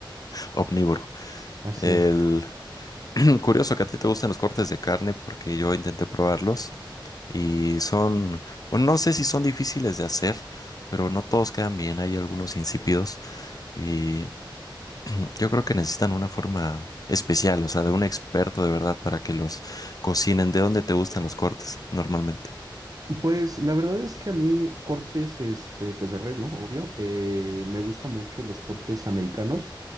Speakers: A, on the left (about 45°); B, on the right (about 45°).
A: Omnívoro.
B: Así
A: El...
B: es.
A: <clears throat> Curioso que a ti te gustan los cortes de carne porque yo intenté probarlos. Y son, bueno, no sé si son difíciles de hacer, pero no todos quedan bien. Hay algunos insípidos y <clears throat> yo creo que necesitan una forma especial, o sea, de un experto de verdad para que los cocinen. ¿De dónde te gustan los cortes normalmente?
B: Pues la verdad es que a mí cortes, este, pues de res, ¿no? Obvio. eh, me gustan mucho los cortes americanos.